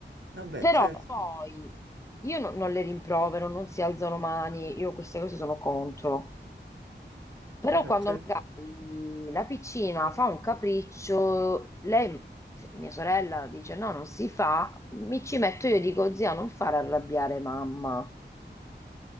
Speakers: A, on the right; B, on the left.
A: vabbè
B: però
A: certo,
B: poi io no- non le rimprovero, non si alzano mani, io queste cose sono contro. Però
A: vabbè
B: quando
A: certo,
B: magari la piccina fa un capriccio, lei, mia sorella, dice no, non si fa, mi ci metto io e dico zia, non far arrabbiare mamma.